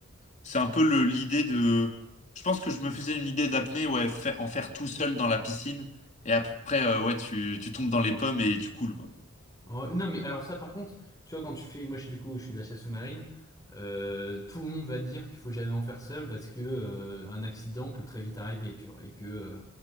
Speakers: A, on the left; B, on the left.
A: c'est un peu le l'idée de. Je pense que je me faisais une idée d'apnée, ouais, fa- en faire tout seul dans la piscine. Et après, euh, ouais, tu, tu tombes dans les pommes et tu coules, quoi.
B: Ouais, non, mais alors ça, par contre, tu vois, quand tu fais, moi, je suis du coup, je suis de la chasse sous-marine, euh, tout le monde va te dire qu'il faut jamais en faire seul parce que euh, un accident peut très vite arriver, tu vois, et que euh,